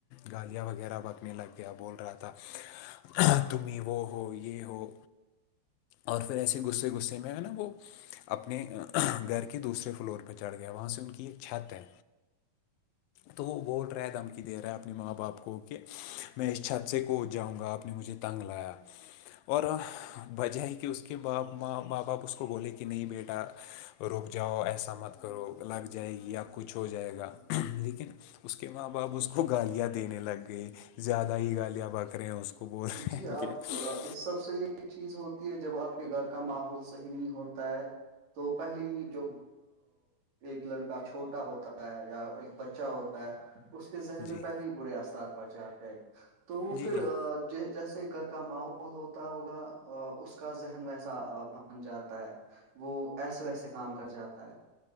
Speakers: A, on the left (about 85°); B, on the right (about 65°).
A: گالیاں وغیرہ بکنے لگ گیا بول رہا تھا تمیں وہ ہو یہ ہو اور پھر ایسے غصے غصے میں ہے نا وہ اپنے گھر کے دوسرے فلور پہ چڑھ گیا وہاں سے ان کی ایک چھت ہے تو ووٹ دھمکی دے رہا ہے اپنی ماں باپ کو کہ میں اس چھت سے کود جاؤں گا آپ نے مجھے تنگ لایا اور وجہ ہے کہ اس کے ماں باپ اس کو بولے کہ نہیں بیٹا روک جاؤ ایسا مت کرو لگ جائے گی یا کچھ ہو جائے گا لیکن اس کے کہ ماں باپ اس کو گالیاں دینے لگ گئے زیادہ ہی گالیاں بکرے ہیں اس کو خب اور
B: جی
A: ہے
B: آپ
A: کہ <unintelligible>
B: اس سب سے یہ ایک چیز ہوتی ہے جب آپ کے گھر کا ماحول صحیح نہیں ہوتا ہے تو پہلی جو ایک لڑکا چھوٹا ہوتا ہے یا ایک بچہ ہوتا ہے اس کے ذہن
A: جی
B: پہ پہلے ہی برے اثرات پڑ جاتے ہے تو وہ
A: جی
B: پھر
A: جی
B: ج جیسے گھر کا ماحول ہوتا ہوگا اس کا ذہن ویسا بن جاتا ہے وہ ایسے ویسے کام کر جاتا ہے